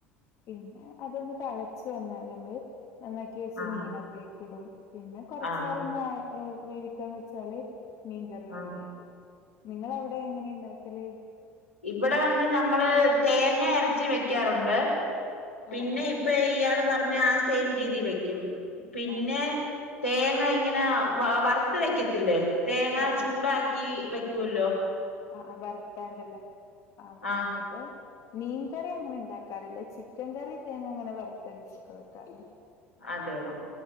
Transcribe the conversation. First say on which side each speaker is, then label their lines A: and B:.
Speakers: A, on the left (about 45°); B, on the left (about 85°).
A: പിന്നെ അതൊന്ന് തളച്ച് വന്നാൽ നമ്മള് നന്നാ ക്കി വെച്ച
B: ആഹ്
A: മീൻ അതിലേക്ക് ഇടും പിന്നെ കൊർച്ചേരം
B: ആഹ് ആഹ് ആഹ്
A: ഒന്ന് വേ വേവിക്കാൻ വെച്ചാല് മീൻകറി
B: ആഹ്
A: റെഡി ആയി നിങ്ങള അവ്ടെ എങ്ങനെ ഉണ്ടാക്കല്
B: ഇവടെ വന്ന ഞമ്മള് തേങ്ങ അരച്ച് വെക്കാറുണ്ട് പിന്നെ
A: ആഹ് ആഹ്
B: ഇപ്പൊ ഇയാള് പറഞ്ഞ ആ സെയിം രീതി വെക്കും പിന്നെ
A: ആഹ് ആഹ്
B: തേങ്ങ ഇങ്ങനെ വ വറുത്ത് വെക്കത്തില്ലേ തേങ്ങ
A: ആഹ്
B: ചൂടാ ക്കി വയ്ക്കൂല്ലോ
A: അഹ് ആഹ് വർത്താണ്ട് ല്ലേ <unintelligible>
B: ആഹ്
A: മീൻ കറി അങ്ങനെ ഉണ്ടാക്കാറില്ല ചിക്കൻ കറി തേങ്ങ അങ്ങനെ വറുത്തര്ച്ചൊക്കെ വെക്കാറ്ണ്ട്
B: അതെയോ